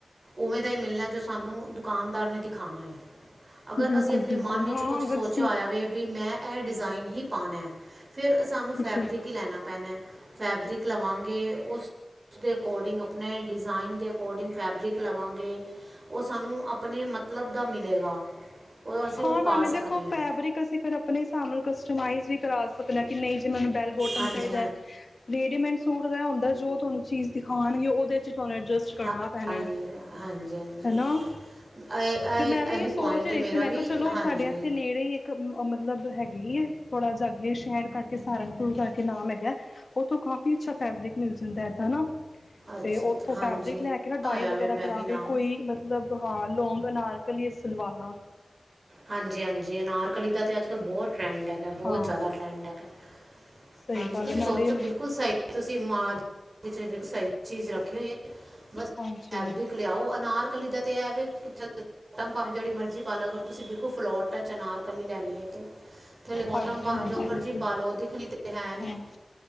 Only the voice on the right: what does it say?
ਉਵੇਂ ਦਾ ਹੀ ਮਿਲਣਾ ਜੋ ਸਾਨੂੰ ਦੁਕਾਨਦਾਰ ਨੇ ਦਿਖਾਣਾ ਏ ਅਗਰ
ਅਸੀਂ ਆਪਣੇ
ਮਨ ਵਿੱਚ
ਕੁਛ
ਸੋਚਿਆ
ਹੋਇਆ ਵੇ ਵੀ ਮੈਂ ਐਹ ਡਿਜ਼ਾਇਨ ਹੀ ਪਾਉਣਾ ਹੈ। ਫਿਰ ਸਾਨੂੰ ਫੈਬਰਿਕ
ਹੀ ਲੈਣਾ ਪੈਣਾ। ਫੈਬਰਿਕ ਲਵਾਂਗੇ ਉਸ ਦੇ ਅਕੋਰਡਿੰਗ ਨਯੇ ਡਿਜ਼ਾਇਨ ਦੇ ਅਕੋਡਿੰਗ ਫੈਬਰਿਕ ਲਵਾਂਗੇ ਉਹ ਸਾਨੂੰ ਅਪਣੇ ਮਤਲਬ ਦਾ ਮਿਲੇਗਾ, ਉਹ ਅਸੀਂ
ਉਹ
ਪਾ
ਸਕਦੇ ਹਾਂ।
ਹਾਂਜੀ
ਹਾਂਜੀ
ਹਾਂਜੀ
ਹਾਂਜੀ, ਹਾਂਜੀ।
ਇਹ
ਇਹੀ
ਪੁਆਇੰਟ
ਹੈ
ਮੇਰਾ
ਵੀ
ਹਾਂਜੀ
ਅੱਛਾ ਅੱਛਾ
ਹਾਂਜੀ
ਹੋਇਆ
ਵੇ ਮੈਂ
ਵੀ ਨਾਮ
ਹਾਂਜੀ, ਹਾਂਜੀ ਅਨਾਰਕਲੀ ਦਾ ਤਾਂ ਅੱਜ -ਕੱਲ ਬਹੁਤ ਟਰੈਂਡ ਹੈਗਾ ਬਹੁਤ
ਜ਼ਿਆਦਾ ਟਰੈਂਡ ਹੈਗਾ।
ਹਾਂਜੀ,
ਤੁਸੀਂ
ਸੋਚੋ ਬਿਲਕੁਲ ਸਈ ਤੁਸੀਂ ਮਾਂ <unintelligible> ਸਈ ਚੀਜ ਰੱਖੀ ਹੋਈ ਏ। ਬਸ
ਫੈਬਰਿਕ ਲਿਆਓ ਅਨਾਰਕਲੀ ਦਾ ਤੇ ਐ ਵੇ ਇਕਦਮ ਭਾਵੇਂ ਜੇੜੀ ਮਰਜ਼ੀ ਪਾ ਲਓ ਅ ਤੁਸੀਂ ਬਿਲਕੁਲ ਫਲੋਟ ਟਚ ਅਨਾਰਕਲੀ ਲੈਣੀ ਏ ਤੇ ਥੱਲੇ ਬੋਟਮ
ਭਾਵੇਂ
ਜੋ ਮਰਜੀ
ਪਾਲੋ, ਦਿਖਣੀ ਤੇ ਹੈ ਨੀ।